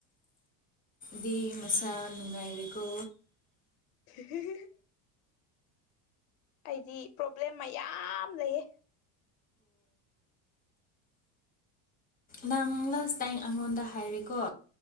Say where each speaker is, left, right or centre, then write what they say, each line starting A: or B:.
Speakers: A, on the left; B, on the left.
A: ꯗꯤ ꯃꯁꯥ ꯉꯥꯏꯔꯀ
B: <unintelligible> ꯑꯩꯗꯤ ꯄ꯭ꯔꯣꯕ꯭ꯂꯦꯝ ꯃꯌꯥꯝ ꯂꯩꯌꯦ
A: ꯅꯪ ꯂꯥꯁ ꯇꯥꯏꯝ ꯑꯩꯉꯣꯟꯗ ꯍꯥꯏꯔꯤꯀꯣ